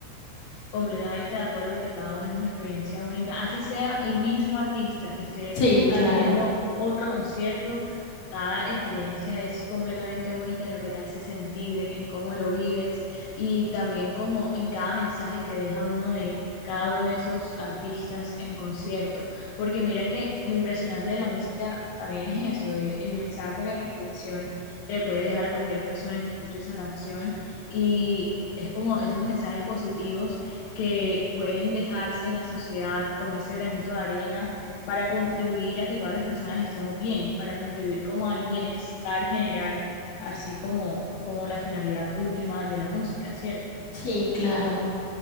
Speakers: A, on the left; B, on the left.
A: completamente de acuerdo que cada uno es una experiencia única, así sea el mismo artista que esté
B: Sí, claro,
A: haciendo otro concierto, cada experiencia es completamente única en lo que te hace sentir, en cómo lo vives y también como en cada mensaje que deja uno de cada uno de esos artistas en concierto, porque mira que lo impresionante de la música también es eso, de el mensaje o la reflexión que le puede dejar a cualquier persona que escuche esa canción y es como esos mensajes positivos que pueden dejarse en la sociedad como ese granito de arena para contribuir a que todas las personas estemos bien, para contribuir como al bienestar general, así como, como la finalidad última de la música, ¿cierto?
B: sí, claro.